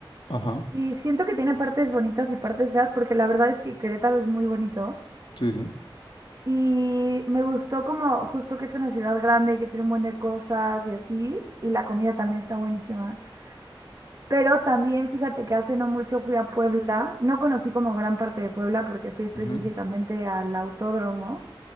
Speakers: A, on the left (about 70°); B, on the right (about 40°).
A: Ajá,
B: y siento que tiene partes bonitas y partes feas, porque la verdad es que Querétaro es muy bonito.
A: sí, sí.
B: Y me gustó como justo que es una ciudad grande, que tiene un buen de cosas y así, y la comida también está buenísima. Pero también fíjate que hace no mucho fui a Puebla, no conocí como gran parte de Puebla porque fui específicamente
A: Ujú,
B: al autódromo,